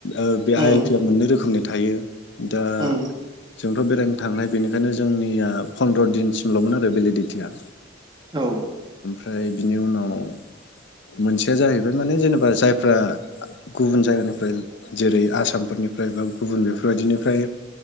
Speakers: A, on the left (about 60°); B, on the right (about 20°).
A: ओ बे
B: उम
A: आइ एल पि आ मोननै रोखोमनि थायो दा
B: उम
A: जोंथ' बेरायनो थांनाय बेनिखायनो जोंनिया फन्द्र' दिनसिमल'मोन आरो भेलिडिटिया
B: औ
A: फ्राय बिनि उनाव मोनसेया जाहैबाय माने जेनेबा जायफ्रा गुबुन जायगानिफ्राय जेरै आसामफोरनिफ्राय बा गुबुन बे बेबायदिनिफ्राय